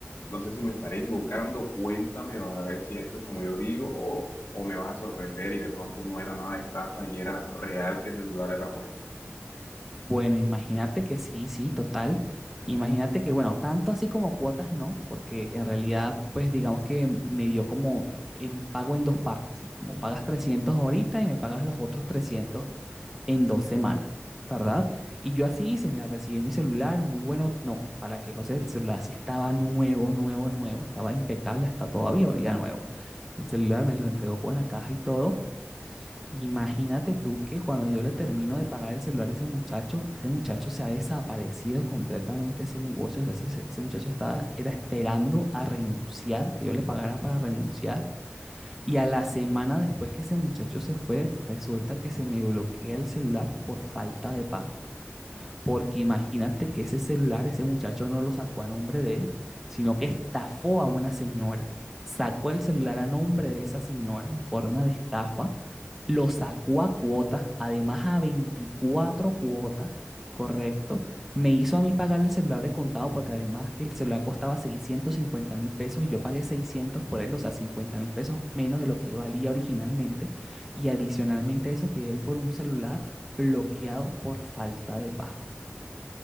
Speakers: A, on the left (about 60°); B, in the centre.
A: No sé si me estaré equivocando, cuéntame para ver si esto es como yo digo o, o me vas a sorprender y de pronto no era nada de estafa y era real que ese celular era bueno.
B: Bueno, imagínate que sí, sí, total. Imagínate que, bueno, tanto así como cuotas no, porque en realidad, pues digamos que me dio como en pago en dos partes, ¿sí? Como pagas 300 ahorita y me pagas los otros 300 en dos semanas, ¿verdad? Y yo así hice, mira, recibí mi celular, muy bueno. No, para que José, el celular sí estaba nuevo, nuevo, nuevo, estaba impecable hasta todavía, olía nuevo. El celular me lo entregó con la caja y todo. Imagínate tú que cuando yo le termino de pagar el celular a ese muchacho, ese muchacho se ha desaparecido completamente ese negocio. O sea, ese, ese muchacho estaba, era esperando a renunciar, que yo le pagara para renunciar. Y a la semana después que ese muchacho se fue, resulta que se me bloquea el celular por falta de pago porque imagínate que ese celular, ese muchacho no lo sacó a nombre de él, sino que estafó a una señora, sacó el celular a nombre de esa señora en forma de estafa, lo sacó a cuotas, además a 24 cuotas, correcto, me hizo a mí pagar el celular de contado porque además que el celular costaba seiscientos cincuenta mil pesos y yo pagué 600 por él, o sea, cincuenta mil pesos menos de lo que valía originalmente y adicionalmente eso quedé por un celular bloqueado por falta de pago.